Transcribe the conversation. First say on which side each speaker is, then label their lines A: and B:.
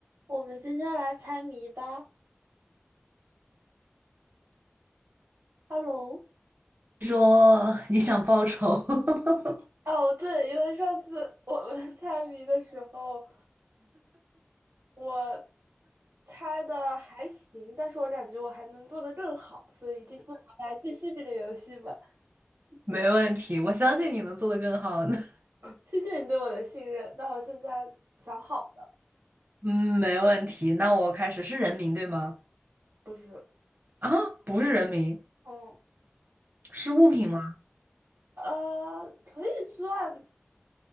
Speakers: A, on the right (about 75°); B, on the right (about 50°).
A: 我们今天来猜谜吧。Hello，
B: 说你想报仇，<laughs>
A: 哦，对，因为上次我们 <laughs> 猜谜的时候，我猜的还行，但是我感觉我还能做的更好，所以今天我们来继续这个游戏吧。
B: 没问题，我相信你能做得更好的。<laughs>
A: 谢谢你对我的信任。那我现在想好了，
B: 嗯，没问题。那我开始是人名对吗？
A: 不是，
B: 啊，不是人名，
A: 嗯，
B: 是物品吗？
A: 呃，可以算，